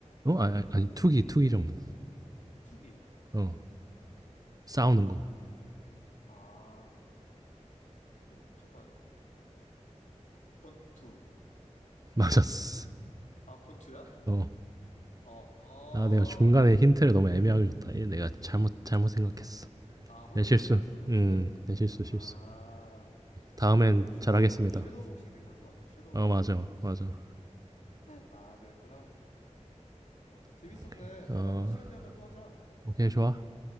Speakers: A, on the right; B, on the left.
A: 어? 아니 아니 아니, 투기 투기 종목.
B: 투기.
A: 어. 싸우는 거.
B: 아, 후, 잠깐. 권투.
A: <laughs> 맞았어.
B: 아, 권투야?
A: 어.
B: 어, 아,
A: 아 내가 중간에 힌트를 너무 애매하게 줬다. 얘 내가 잘못 잘못 생각했어.
B: 아, 혼자,
A: 내 실수.
B: 혼자 하는 거라 했을
A: 음,
B: 때?
A: 내 실수 실수.
B: 아,
A: 다음엔
B: 막 섀도우,
A: 잘하겠습니다.
B: 섀도우 복싱 생각한 거 아니야? 섀도우
A: 어
B: 복싱?
A: 맞아 맞아.
B: 아, 그랬구나. 어, 재밌었네.
A: 오케이.
B: 다음에
A: 어
B: 한번 시간 되면 또 하자.
A: 오케이 좋아.